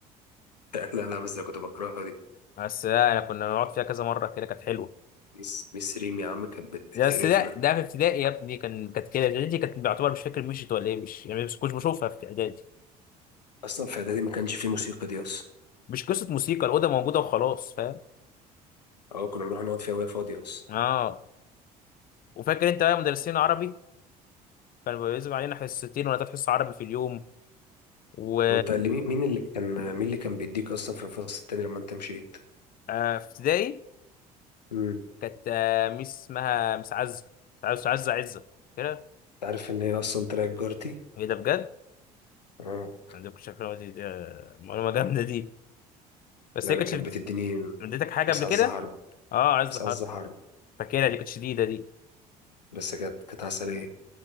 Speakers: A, on the left (about 85°); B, on the left (about 45°).
A: <laughs> لا لا بس ده كنت بكرهها دي
B: بس لا انا كنا بنقعد فيها كذا مره كده كانت حلوه
A: ميس ميس ريم يا عم كانت بت- بتقرفنا
B: بس لا ده في ابتدائي يا ابني كان كانت كده اعدادي كانت بعتبر مش فاكر مشيت ولا ايه مش يعني مش كنت بشوفها في اعدادي
A: اصلا في اعدادي ما كانش فيه موسيقى دي اصلا
B: مش قصه موسيقى الاوضه موجوده وخلاص فاهم
A: اه كنا بنروح نقعد فيها وهي فاضيه اصلا
B: اه وفاكر انت بقى مدرسين عربي كانوا بيلزم علينا حصتين ولا تلات حصص عربي في اليوم و
A: وانت اللي مين مين اللي كان مين اللي كان بيديك اصلا في الفصل التاني لما انت مشيت
B: آه في ابتدائي
A: امم
B: كانت آه، ميس اسمها ميس عزة ميس عزة ميس عزة عزة كده
A: انت عارف ان هي اصلا طلعت جارتي
B: ايه ده بجد
A: اه
B: عندكم شكلها دي آه، معلومة جامدة دي بس
A: لا
B: هي
A: انا
B: كانتش
A: كانت بتديني
B: اديتك حاجة
A: مش
B: قبل
A: عزة
B: كده
A: حرب
B: اه عزة
A: مش عزة
B: حرب
A: حرب
B: فاكرها دي كانت شديدة دي
A: بس كانت كانت عسلية